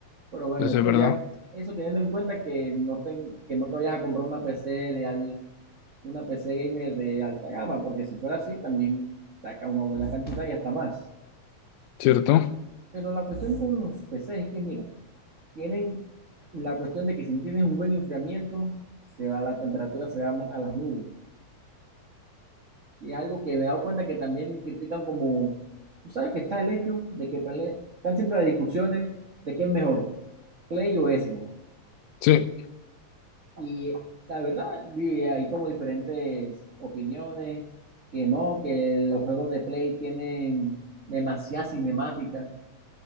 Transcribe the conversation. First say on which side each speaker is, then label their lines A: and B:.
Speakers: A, on the right (about 60°); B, on the left (about 85°).
A: Pero bueno,
B: Entonces,
A: eso
B: es ¿verdad?
A: ya, eso teniendo en cuenta que no, ten- que no te vayas a comprar una PC de al una PC gamer de alta gama, porque si fuera así, también saca una buena cantidad y hasta más.
B: ¿Cierto?
A: Pero la cuestión con los PCs es que, mira, tienen la cuestión de que si no tienes un buen enfriamiento, se va la temperatura, se va a las nubes. Y es algo que me he dado cuenta que también critican como, tú sabes que está el hecho de que pele- están siempre las discusiones de qué es mejor, Play o Xbox.
B: Sí.
A: Y la verdad, di- hay como diferentes opiniones, que no, que los juegos de Play tienen demasiada cinemática.